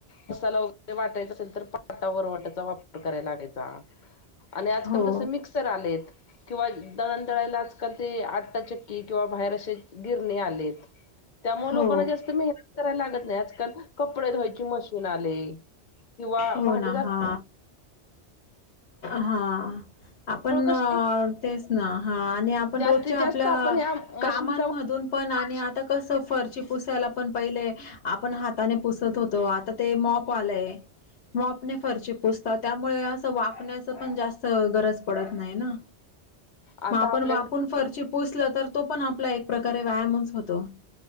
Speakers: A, on the left (about 50°); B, on the left (about 70°).
A: मसाला वगैरे वाटायचा असेल तर पाटा वरवाटाचा वापर करायला लागायचा. आणि आजकाल
B: हो
A: कसे मिक्सर आलेत किंवा. तळायला आजकाल ते आटटाचक्की किंवा बाहेर असे गिरणे आलेत. त्यामुळे
B: हो
A: लोकांना जास्त मेहनत करायला लागत नाही आजकाल कपडे धुवायची मशीन आ किंवा
B: हो
A: भांडीग
B: ना हा हा आपण
A: कसे
B: तेच ना. हा आणि आपण
A: जास्तीत
B: रोजच्या
A: जास्त
B: आपल्या
A: आपण ह्या मशीनचा
B: कामांमधून.
A: वापर
B: पण आणि आता कसं फरची पुसायला पण पहिले. आपण हाताने पुसत होतो आता ते मॉप आलंय. मपणे फरचे पुोसतात त्यामुळे. वापण्याच पण जास्त गरज पडत नाही ना.
A: आता
B: मग आपण
A: आपल्याकडे
B: वाकून फरची पुसल तर तो पण आपला एक प्रकारे व्यायामच होतो.